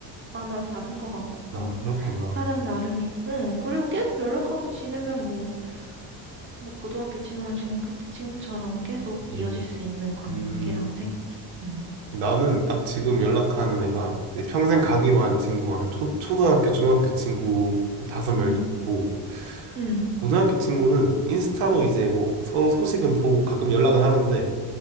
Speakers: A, on the right; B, on the right.
A: 마다 다른 것 같고
B: 아, 그렇구나.
A: 사람 나름이고 응, 그리고 계속 연락하고 지내면 뭐, 뭐 고등학교 친구나 중학교 때 친구처럼 계속 이어질
B: 음.
A: 수 있는 관계라고
B: 음,
A: 생각해. 응.
B: 나는 딱 지금 연락하는 애가 이제 평생 가기로
A: 응.
B: 한 친구가 한 초, 초등학교, 중학교 친구 한 다섯 명
A: 응.
B: 이렇게 있고
A: 응.
B: 고등학교 친구는 인스타로 이제 뭐 서로 소식은 보고 가끔 연락은 하는데